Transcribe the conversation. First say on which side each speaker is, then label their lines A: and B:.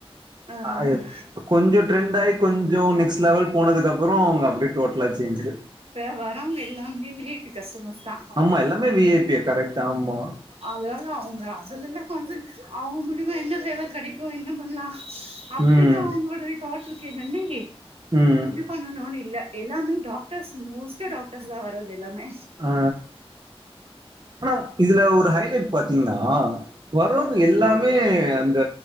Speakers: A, on the right (about 70°); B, on the right (about 45°).
A: அஹ்
B: ஆயத் கொத் கொஞ்சோ ட்ரெண்ட் ஆயி கொஞ்சோ நெக்ஸ்ட் லெவல் போனதுக்கப்புற அவங்க அப்டியே டோட்லா சேஞ்சுடு
A: இப்ப வர்க்க எல்லாமே விஐபி கஷ்டமர்ஸ் தா
B: ஆம்மா எல்லாமே விஐபி கரெக்டா தா ஆமா
A: அதனால அவங்க அதுல என்ன கான்சென் அவுங்க மூலியமா என்ன சேவை கிடைக்கு என்ன பண்ணலா அப்டிதா
B: ம்
A: அவங்களோட தாட் இருக்கேகண்டி
B: ம்
A: பண்ணணோம்ன்னு இல்ல எல்லாமே டாக்டர்ஸ் மோஸ்ட் டாக்டர்ஸ் தா வர்றது எல்லாமே
B: ஆ அனா இதுல ஒரு ஹைலைட் பாத்தீங்கன்னா வர்றவங்க
A: ம்
B: எல்லாமே அந்த